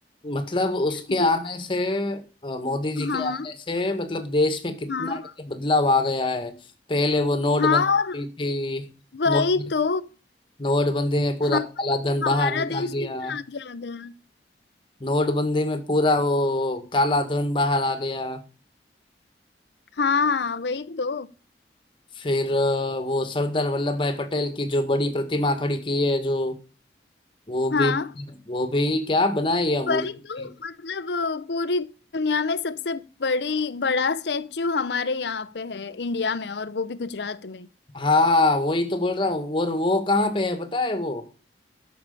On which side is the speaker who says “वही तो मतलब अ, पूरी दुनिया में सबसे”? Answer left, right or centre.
Left